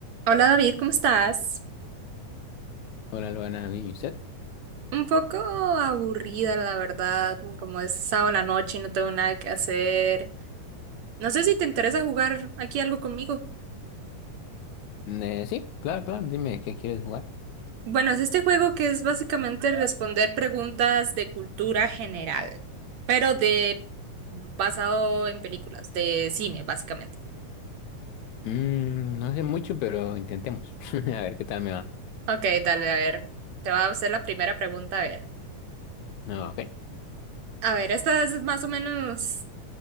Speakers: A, on the right; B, on the left.
A: Hola David, ¿cómo estás?
B: Hola, Luana, ¿bien y usted?
A: Un poco aburrida, la verdad, como es sábado en la noche y no tengo nada que hacer. No sé si te interesa jugar aquí algo conmigo.
B: Eh, sí, claro, claro, dime, ¿qué quieres jugar?
A: Bueno, es este juego que es básicamente responder preguntas de cultura general, pero de basado en películas, de cine, básicamente.
B: Mm, no sé mucho, pero intentemos. <laughs> A ver qué tal me va.
A: Ok, dale, a ver. Te voy a hacer la primera pregunta, a ver.
B: No, ok.
A: A ver, esta es más o menos.